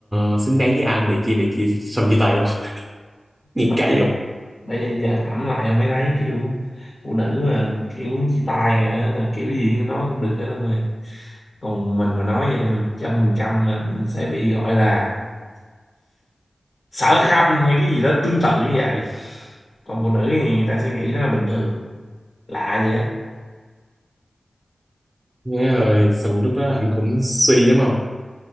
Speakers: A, on the right; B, on the left.
A: ờ, xứng đáng với anh này kia này kia xong chia tay không <laughs> nghe
B: bà
A: cay không
B: bây giờ giờ ngẫm lại em mới thấy kiểu phụ nữ mà kiểu chia tay hả là kiểu gì cũng nói không được hết ông ơi còn mình mà nói vậy là một trăm phần trăm là mình sẽ bị gọi là sở khanh hay cái gì đó tương tự như vậy còn phụ nữ thì người ta sẽ nghĩ đó là bình thường lạ gì á
A: nghe rồi xong lúc đó anh cũng suy lắm không